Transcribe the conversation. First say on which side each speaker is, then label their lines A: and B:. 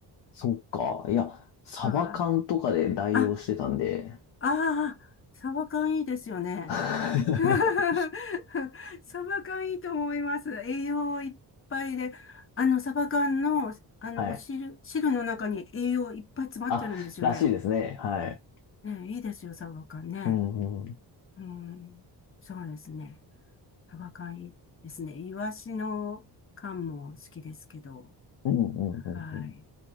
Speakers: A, on the left; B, on the left.
A: そっか。いや、サバ缶とかで代用してたんで。
B: はい。あ、ああ、サバ缶いいですよね。
A: <laughs> は
B: <laughs> サバ缶いいと思います。栄養いっぱいで。あの、サバ缶の、あの、
A: い。
B: お汁、汁の中に栄養いっぱい詰まってるんですよね。
A: あ、らしいですね。はい。
B: ね、いいですよ、サバ缶ね。
A: うん、うん。
B: うん、そうですね。サバ缶いいですね。イワシの缶も好きですけど。
A: うん、うん、
B: はい。
A: うん。うん